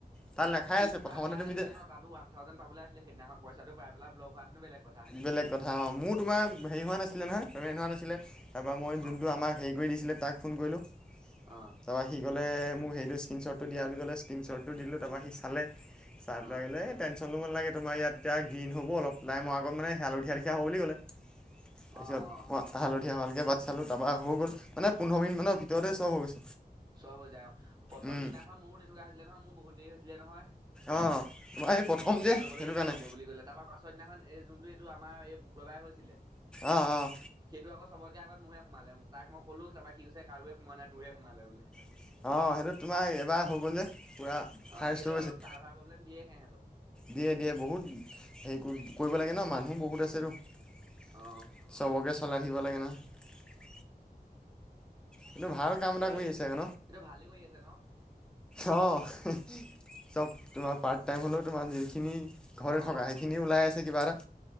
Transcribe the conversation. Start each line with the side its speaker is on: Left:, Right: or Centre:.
Centre: তাত লেখাই
Right: সি
Centre: আছে প্ৰথমতে
Right: টা বেয়া
Centre: তুমি
Right: লাগিছে
Centre: যে
Right: ন তাতো ওৱান থাউজেণ্ড পাবলৈ আছিলে সেইদিনাখন পইচাটো পাই পাই পেলাই ব্লগ হোৱা হেঁতেনো বেলেগ কথা
Centre: বেলেগ কথা অ', মোৰ তোমাৰ হেৰি হোৱা নাছিলে নহয় পেমেণ্ট হোৱা নাছিলে তাৰপৰা মই যোনটো
Right: অ
Centre: আমাক হেৰি কৰি দিছিলে তাক ফোন কৰিলোঁ।
Right: অ।
Centre: তাৰপৰা সি 'কলে মোক সেইটো স্ক্ৰীণশ্বটটো দিয়া বুলি ক'লে স্ক্ৰীণশ্বটটো দিলো তাৰপৰা সি চালে চাই পেলাই
Right: অ
Centre: গ'লে এই টেনস লাগে তোমাৰ ইয়াততিয়া গ্ৰীণ হ'ব অলপ লাইমৰ আগত মানে হালধীয়াাল লিিয়া হ'ব বুলি ক'লে। তাৰপিছত
Right: অ অ
Centre: হালধীয়া হোৱা লেকে বাট চালো তাৰৰা হৈ গ'ল মানে পোন্ধৰ দিন মানৰ ভিতৰতে সব হৈ গৈছে।
Right: চব বজাই অ প্ৰথম
Centre: উম
Right: দিনাখন মোৰো তেনেকুৱা হৈছিলে নহয় মোৰ বহুত দেৰি হৈছিলে নহয়।
Centre: অঁ তোমাৰ এই প্ৰথম
Right: মই ফোন
Centre: যে
Right: কৰি ক'লো
Centre: সেইটো
Right: এ
Centre: কাৰণে
Right: কি হব বুলি কলে তাৰপা পাছৰ দিনাখন এই যোনটো টো আমাৰ এই শুক্ৰবাৰে হৈছিলে,
Centre: অঁ অঁ
Right: সেইটো আকৌ চবৰকে আগত মোৰহে সোমালে তাক মই কলো তাৰ পৰা সি কৈছে কাৰোৱে সোমোৱা নাই তোৰহে সোমালে বোলে।
Centre: অ', সেইটো তোমাৰ এবাৰ হৈ গ'ল যে পুৰা
Right: অ
Centre: ফাষ্ট
Right: এইটো
Centre: গৈছে।
Right: অলপ চাৰ্ভাৰ প্ৰব্লেম দিয়ে সেঁহেতৰো
Centre: দিয়ে দিয়ে বহুত হেৰি কৰিব লাগে ন মানুহ বহুত আছেতো।
Right: অ
Centre: চবকে চলাই থাকিব লাগে নহয়। কিন্তু ভাল কাম
Right: তাকে,
Centre: এটা কৰি আহিছে আকৌ
Right: এইটো ভালেই কৰি আছে ন?
Centre: অ', চব তোমাৰ পাৰ্ট টাইম হ'লেও তোমাৰ যিখিনি ঘৰতে
Right: অ
Centre: থকা সেইখিনি ওলাই আছে কিবা এটা।